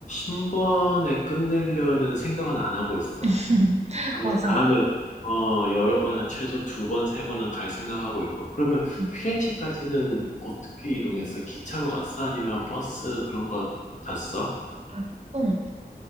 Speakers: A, on the left; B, on the right.
A: 한 번에 끝내려는 생각은 안 하고 있어.
B: <laughs>
A: 한번
B: 맞아.
A: 다음에, 어, 여러 번, 한 최소 두 번, 세 번은 갈 생각하고 있고. 그러면
B: 음.
A: 피렌체까지는 어떻게 이동했어? 기차로 갔어? 아니면 버스 그런 거 탔어?
B: 아, 보통